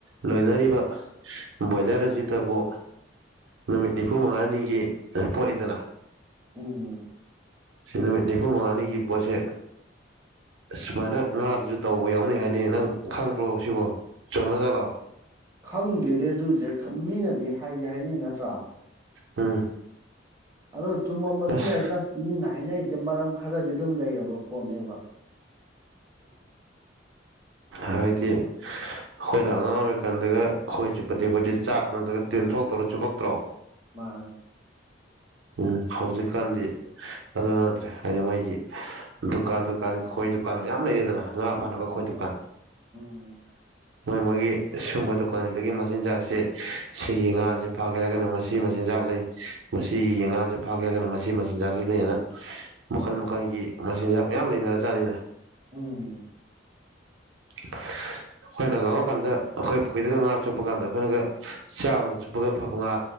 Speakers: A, on the right (about 75°); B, on the right (about 15°).
A: ꯂꯣꯏꯅꯔꯤꯕ ꯕꯣꯏꯂꯔꯖꯤꯠ ꯇꯕꯨ ꯅꯨꯃꯤꯠ ꯅꯤꯐꯨ ꯃꯉꯥꯅꯤꯒꯤ ꯄꯣꯠꯅꯤꯗꯅ
B: ꯎꯝ
A: ꯁꯤ ꯅꯨꯃꯤꯠ ꯅꯤꯐꯨ ꯃꯉꯥꯅꯤꯒꯤ ꯄꯣꯠꯁꯦ ꯁꯨꯃꯥꯏꯅ ꯉꯥꯗꯨꯁꯨ ꯇꯧꯕ ꯌꯥꯎꯅꯩ ꯍꯥꯏꯅꯤ ꯅꯪ ꯈꯪꯕ꯭ꯔꯣ ꯁꯤꯕꯣ ꯆꯨꯝꯃꯖꯥꯠꯂꯣ
B: ꯈꯪꯗꯦꯗꯤ ꯑꯗꯨꯁꯦ ꯃꯤꯅꯗꯤ ꯍꯥꯏꯗꯤ ꯍꯥꯏꯅꯩ ꯅꯠꯇ꯭ꯔꯥ
A: ꯎꯝ
B: ꯑꯣ ꯆꯨꯝꯃꯝꯕꯁꯨ
A: ꯑꯁ
B: ꯌꯥꯏꯗ ꯃꯤꯅ ꯍꯥꯏꯅꯔꯤꯁꯦ ꯃꯔꯝ ꯈꯔꯗꯤ ꯑꯗꯨꯝ ꯂꯩꯔꯕ ꯄꯣꯠꯅꯦꯕ
A: ꯍꯥꯏꯗꯤ ꯑꯩꯈꯣꯏꯅ ꯑꯉꯥꯡ ꯑꯣꯏꯔꯤꯀꯥꯟꯗꯒ ꯑꯩꯈꯣꯏ ꯆꯨꯞꯄꯗꯤ ꯑꯩꯈꯣꯏꯗꯤ ꯆꯥꯛ ꯅꯠꯇ꯭ꯔꯒ ꯇꯦꯟꯊꯣꯛꯇꯧꯔꯣ ꯆꯨꯞꯄꯛꯇ꯭ꯔꯣ
B: ꯃꯥ
A: ꯎꯝ ꯍꯧꯖꯤꯛꯀꯥꯟꯗꯤ ꯑꯗꯨ ꯅꯠꯇ꯭ꯔꯦ ꯍꯥꯏꯗꯤ ꯃꯩꯒꯤ ꯗꯨꯀꯥꯟ ꯗꯨꯀꯥꯟ ꯈꯣꯏ ꯗꯨꯀꯥꯟ ꯃꯌꯥꯝ ꯂꯩꯔꯦꯗꯅ ꯉꯥ ꯐꯥꯅꯕ
B: ꯂꯩ
A: ꯈꯣꯏ ꯗꯨꯀꯥꯟ
B: ꯎꯝ
A: ꯃꯣꯏ ꯃꯣꯏꯒꯤ ꯁꯨꯝꯕ ꯗꯨꯀꯥꯟꯁꯤꯗꯒꯤ ꯃꯆꯤꯟꯖꯥꯛꯁꯤ ꯁꯤꯒꯤ ꯉꯥꯁ ꯐꯥꯒꯦ ꯍꯥꯏꯔꯒꯅ ꯃꯁꯤ ꯃꯆꯤꯟꯖꯥꯛ ꯆꯥꯛ ꯂꯩ ꯃꯁꯤ ꯉꯥꯁꯦ ꯐꯥꯒꯦ ꯍꯥꯏꯔꯒꯅ ꯃꯁꯤ ꯃꯆꯤꯟꯖꯥꯛꯁꯤꯗ ꯍꯦꯟꯅ ꯃꯈꯜ ꯃꯈꯜꯒꯤ ꯃꯆꯤꯟꯖꯥꯛ ꯃꯌꯥꯝ ꯂꯩꯅꯔ ꯆꯥꯅꯤꯅ
B: ꯎꯝ
A: <inaudible> ꯑꯩꯈꯣꯏꯅ ꯉꯥꯡꯉꯀꯥꯟꯗ ꯑꯩꯈꯣꯏ ꯄꯨꯈ꯭ꯔꯤꯗꯒ ꯉꯥ ꯆꯨꯞꯄ ꯀꯥꯟꯗ ꯑꯩꯈꯣꯏꯅꯒ ꯆꯥꯡꯅ ꯆꯨꯞꯄꯒ ꯐꯕ ꯉꯥ